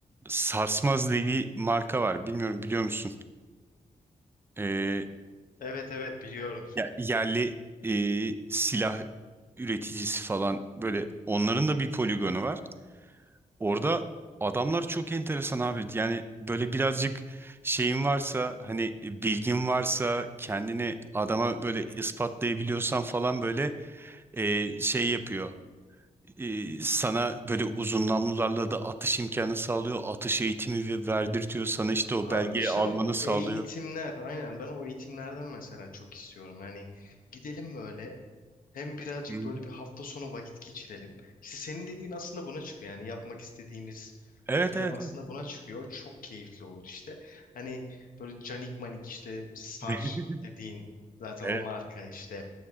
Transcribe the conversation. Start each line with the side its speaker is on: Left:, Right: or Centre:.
Right: Sarsmaz diye bir marka var. Bilmiyorum biliyor musun? Ee,
Left: Evet evet biliyorum.
Right: Ya yerli e, silah üreticisi falan böyle onların da bir poligonu var. Orada adamlar çok enteresan abi. Yani böyle birazcık şeyin varsa hani e, bilgin varsa kendini adama böyle ispatlayabiliyorsan falan böyle e, şey yapıyor. E, sana böyle uzun namlularla da atış imkanı sağlıyor. Atış eğitimi ve- verdirtiyor. Sana işte o
Left: Abi
Right: belgeyi
Left: işte
Right: almanı
Left: bak o
Right: sağlıyor.
Left: eğitimler aynen ben o eğitimlerden mesela çok istiyorum. Yani gidelim böyle Hem birazcık
Right: Hı hı.
Left: böyle bir hafta sonu vakit geçirelim. İşte senin dediğin aslında buna çıkıyor. Yani yapmak istediğimiz
Right: Evet
Left: bu plan
Right: evet
Left: aslında
Right: evet.
Left: buna çıkıyor. Çok keyifli olur işte. Hani böyle canik manik işte sar
Right: <laughs>
Left: dediğin zaten
Right: Evet.
Left: o marka işte.